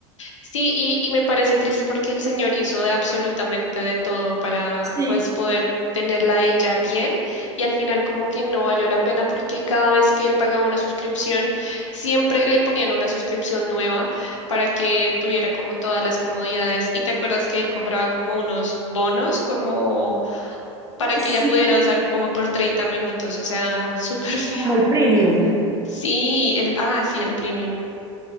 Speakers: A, on the left; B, on the right.
A: Sí, y, y me parece triste porque el señor hizo de absolutamente de todo para
B: Sí.
A: pues poder tenerla a ella bien y al final como que no valió la pena porque cada vez que él pagaba una suscripción siempre le ponían una suscripción nueva para que tuviera como todas las comodidades y te acuerdas que él compraba como unos bonos como para
B: Ah,
A: que
B: Sí,
A: ella pudiera usar como por 30 minutos, o sea, <laughs> súper feo.
B: como el premium.
A: Sí, el, ah, sí, el premium.